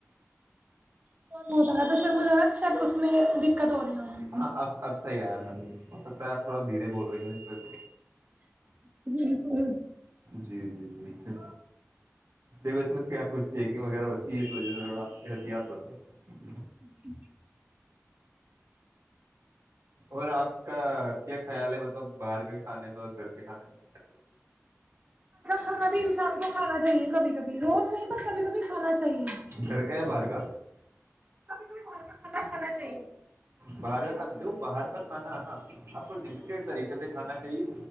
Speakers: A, on the right (about 30°); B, on the right (about 75°).
A: ہوتاا م ر میں دقت ہو رہی ہوں
B: ہاں اب اب صحی آیا می ہو سکتا ہےپ تھوا دھیرے بول رہی ہوں اس وج سے
A: جی
B: جی جی جی دس میں کیا کچ چیکنگ وغیرہ ہو اس وجہ سے تھوڑا احتیاط برتے ہیں
A: ج
B: اور آپ کا کیا خیال ہے مطلب باہر کے کھانے میں اور گھر کے کھانے میں
A: ہاںر شام کو کھانا چاہیے کبھی کبھی روز نہیں پر کبھی کبھی کھانا چاہیے
B: گھر کا یا باہر کا
A: کبھی کبھی بر کا کھانا کھانا چاہیے
B: باہر کا کھانا دیکھو باہر کا کھانا ہے نا آپ کو لمیٹیڈ طریقے سے کھانا چاہیے